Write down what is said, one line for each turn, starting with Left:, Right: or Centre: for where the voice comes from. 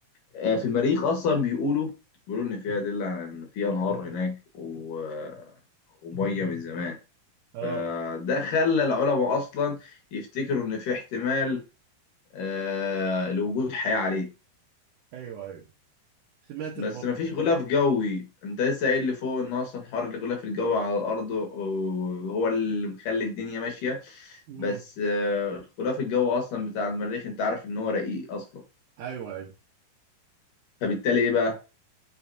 Left: آه، في المريخ أصلا بيقولوا بيقولوا إن في أدلة على إن في أنهار هناك و... آه، ومية من زمان
Right: اه
Left: فده خلى العلماء أصلا يفتكروا إن في احتمال آه، لوجود حياة عليه
Right: ايوه ايوه سمعت
Left: بس
Right: الحوار
Left: مفيش
Right: ده
Left: غلاف جوي انت لسه قايل لي فوق ان اصلا حوار الغلاف الجوي على الارض وهو اللي مخلي الدنيا ماشيه
Right: امم
Left: بس آه، الغلاف الجوي اصلا بتاع المريخ انت عارف ان هو رقيق اصلا
Right: ايوه ايوه
Left: فبالتالي ايه بقى